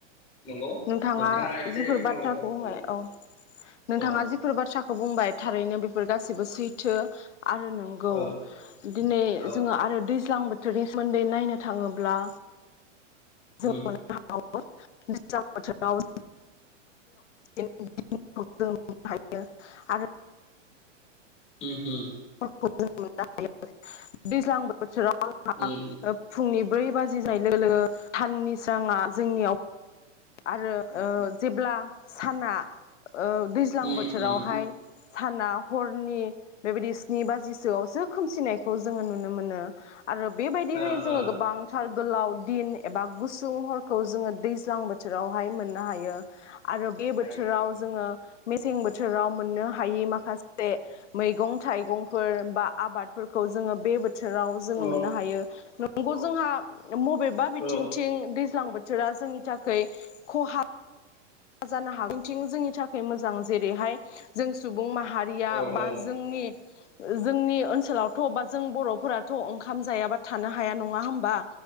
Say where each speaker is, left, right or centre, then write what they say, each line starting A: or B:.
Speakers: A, on the left; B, on the left.
A: नंगौ
B: नोंथाङा
A: एसे
B: जिफोर
A: फोरमायहरदो
B: बाथ्राखौ होनाय औ नोंथाङा
A: औ
B: जिफोर बाथ थ्राखौ बुंबाय थारैनो बेफोर गाससिबो सैथो आरो नोंगौ
A: औ
B: दिनै
A: औ
B: जोङो आरो दैज्लां बोथ थोरनि सोमोन्दै नायनो थाङोब्ला <unintelligible>
A: उम
B: दैज्लां बोथोराव <unintelligible> हायो आरो
A: उम हुम।
B: <unintelligible> दैज्लां बोथोराव <unintelligible>
A: उम उम
B: ओ फुंनि ब्रै बाजि <unintelligible> साननि सोरांङा जोंनियाव आरो ओ जेब्ला साना ओ दैज्लां
A: उम
B: बोथोरावहाय
A: उम
B: साना हरनि बेबायदि स्नि बाजिसोआवसो खोमसिनायखौ जोङो नुनो मोनो। आरो बेबायदिहै
A: ओ
B: जोङो
A: ओ
B: गोबांथार गोलाव दिन एबा गुसुं हरखौ जोङो दैज्लांबो बोथोरावहाय मोननो हायो। आरो बे
A: हायो
B: बोथोराव जोङो मेसें बोथोराव मोननो हायि माखासे मैगं थाइगंफोर बा आबादफोरखौ जोङो बे बोथोर बोथोराव जोङो
A: औ
B: मोननो हायो। बेखौ जोंहा मबेबा बिथिंथिं
A: औ
B: दैज्लां बोथो थोरा जोंनि थाख खै खहा जानो हागै बेथिं जोंनि थाखाय मोजां जेरैहाय जों सुबुं सुबुं माहारिया
A: औ ओ ओ
B: बा
A: उम
B: जोंनि ओ जोंनि ओनसोलावथ' बा जों बर'फोराथ' ओं ओंखाम जायाबा थानो हाया नङा होमबा